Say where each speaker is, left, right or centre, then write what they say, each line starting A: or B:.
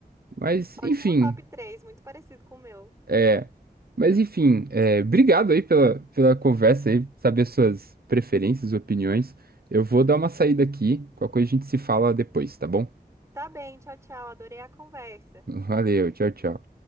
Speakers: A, on the right (about 70°); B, on the right (about 20°).
A: Mas,
B: Ótimo
A: enfim,
B: top 3, muito parecido com o meu.
A: é, mas enfim, é, obrigado aí pela, pela conversa aí, saber suas preferências, opiniões. Eu vou dar uma saída aqui, qualquer coisa a gente se fala depois, tá bom?
B: Tá bem, tchau, tchau. Adorei a conversa.
A: <laughs> Valeu, tchau, tchau.